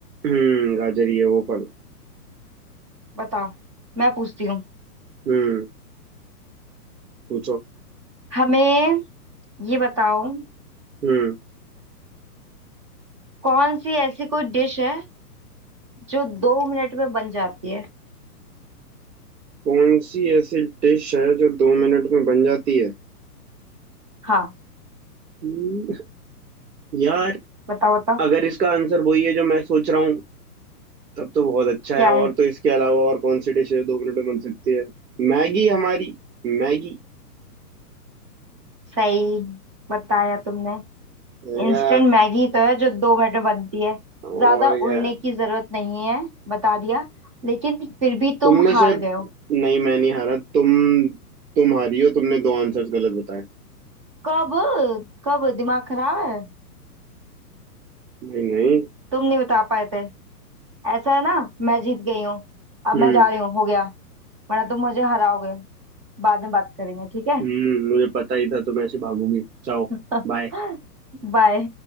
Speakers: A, on the right (about 85°); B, on the right (about 20°).
A: हम्म गाजर ये वो फल
B: बताओ मैं पूछती हूँ
A: हम्म पूछो
B: हमें ये बताओ
A: हम्म
B: कौन सी ऐसी कोई डिश है जो दो मिनट में बन जाती है
A: कौन सी ऐसी डिश है जो दो मिनट में बन जाती है
B: हाँ
A: हम्म, यार
B: बताओ बताओ
A: अगर इसका आंसर वही है जो मैं सोच रहा हूँ तब तो बहुत अच्छा
B: क्या
A: है और
B: है
A: तो इसके अलावा और कौन सी डिश है जो दो मिनट में बन सकती है मैगी हमारी मैगी
B: सही बताया तुमने
A: मैगा
B: इंस्टेंट मैगी तो है जो दो मिनट में बनती है
A: और
B: ज्यादा
A: क्या
B: उड़ने की जरूरत नहीं है बता दिया लेकिन फिर भी तुम
A: तुमने
B: हार
A: शायद
B: गए हो
A: नहीं मैं नहीं हारा तुम तुम हारी हो तुमने दो आंसर्स गलत बताए
B: कब कब दिमाग खराब है
A: नहीं नहीं
B: तुम नहीं बता पाए थे ऐसा है ना मैं जीत गई हूँ अब
A: हम्म
B: मैं जा रही हूँ हो गया वरना तुम मुझे हराओगे बाद में बात करेंगे ठीक है
A: हम्म मुझे पता ही था तुम ऐसे भागोगी जाओ
B: <laughs>
A: बाय
B: बाय